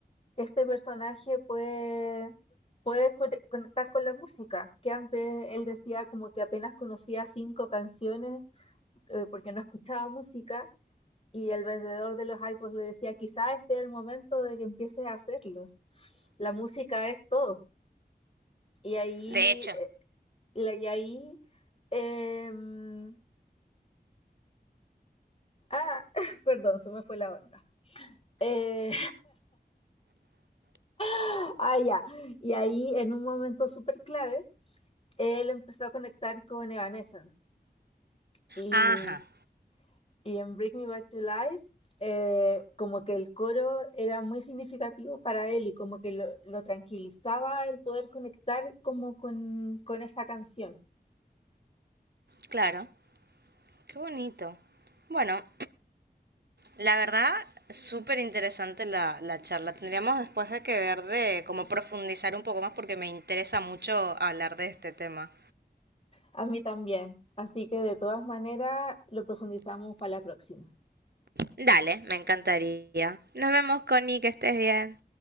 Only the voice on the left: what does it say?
este personaje puede, puede co- conectar con la música, que antes él decía como que apenas conocía cinco canciones eh, porque no escuchaba música. Y el vendedor de los iPods le decía, quizá este es el momento de que empieces a hacerlo. La música es todo. Y ahí,
eh, la- y ahí, em, ah, <laughs> perdón, se me fue la onda. Eh, <laughs> ah, ya. Y ahí, en un momento súper clave, él empezó a conectar con Evanescence y,
y en Bring Me Back to Life eh, como que el coro era muy significativo para él y como que lo, lo tranquilizaba el poder conectar como con, con esta canción.
A mí también. Así que de todas maneras lo profundizamos para la próxima.